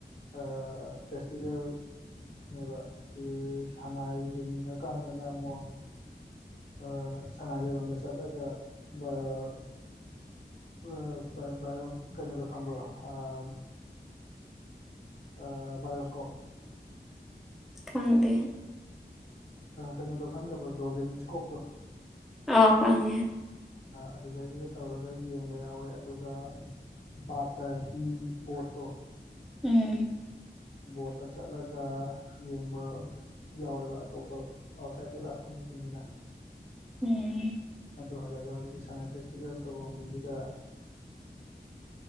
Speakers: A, on the left; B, in the centre.
A: ꯑꯥ ꯐꯦꯁꯇꯤꯚꯦꯜ ꯅꯦꯕ ꯑꯥ ꯁꯉꯥꯏ ꯌꯦꯡꯅꯤꯡꯉꯀꯥꯟꯗꯅ ꯑꯃꯨꯛ ꯑꯥ ꯁꯉꯥꯏ ꯂꯩꯐꯝꯗ ꯆꯠꯂꯒ ꯑꯥ ꯑꯥ ꯕꯥꯏꯌꯣꯝ ꯕꯥꯏꯌꯣꯝ ꯀꯩꯅꯣꯗꯣ ꯈꯪꯕ꯭ꯔꯣ ꯑꯥ ꯑꯥ ꯕꯌꯣꯁꯀꯣꯞ
B: ꯈꯪꯗꯦ
A: ꯀꯩꯅꯣꯗꯣ ꯈꯪꯗꯕ꯭ꯔꯣ ꯗꯣꯔꯕꯤꯟ ꯏꯁꯀꯣꯞꯇꯣ
B: ꯑꯣ ꯐꯡꯉꯦ
A: ꯑꯗꯨꯗꯩꯗꯨꯗ ꯇꯧꯔꯒ ꯌꯦꯡꯕ ꯌꯥꯎꯋꯦ ꯑꯗꯨꯒ ꯄꯥꯇ ꯍꯤ ꯄꯣꯠꯇꯣ
B: ꯎꯝ
A: ꯕꯣꯠꯇ ꯆꯠꯂꯒ ꯌꯦꯡꯕ ꯌꯥꯎꯋꯦꯕ ꯑꯇꯣꯞꯄ ꯑꯥꯎꯠꯁꯥꯏꯠꯇꯩ ꯂꯥꯛꯄ ꯃꯤꯁꯤꯡꯗꯨꯅ
B: ꯎꯝ
A: ꯑꯗꯨ ꯍꯜꯂꯒ ꯍꯧꯖꯤꯛꯀꯤ ꯁꯉꯥꯏ ꯐꯦꯁꯇꯤꯚꯦꯜ ꯇꯧꯐꯝꯒꯤꯁꯤꯗ